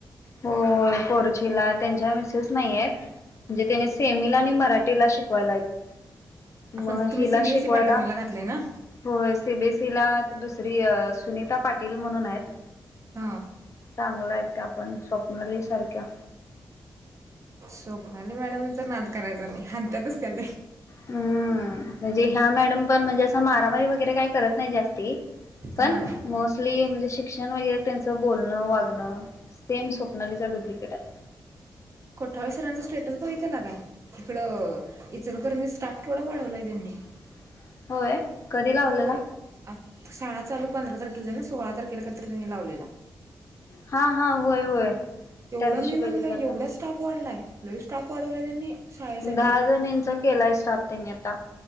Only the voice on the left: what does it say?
हो कोरचीला त्यांच्या मिसेस नाही आहेत म्हणजे त्याने सेमीला आणि मराठीला शिकवायला आहेत मग
हिला
शिकवायला
हो सीबीएस तीला दुसरी सुनीता पाटील म्हणून आहेत
चांगलं आहे त्या आपण स्वप्नली सारख्या
हम्म म्हणजे ह्या मॅडम पण म्हणजे असं मारामारी वगैरे काही करत नाही जास्ती पण
मोस्टली म्हणजे शिक शिक्ण वगैरे त्यांच बोलणं वागणं सेम स्वप्नालीचा डुप्लिकेट आहे
<inaudible> कधी लावलेला
हा हा होय होय त्या
दिवशी
बघितला
होता.
दहा जनींचा केलाय स्टाफ त्यांनी आता